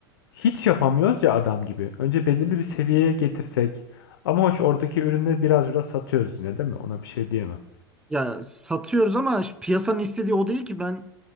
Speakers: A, on the left; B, in the centre.
A: hiç yapamıyoruz ya adam gibi. Önce belirli bir seviyeye getirsek. Ama hoş oradaki ürünleri biraz biraz satıyoruz yine değil mi? Ona bir şey diyemem.
B: Ya satıyoruz ama işte piyasanın istediği o değil ki ben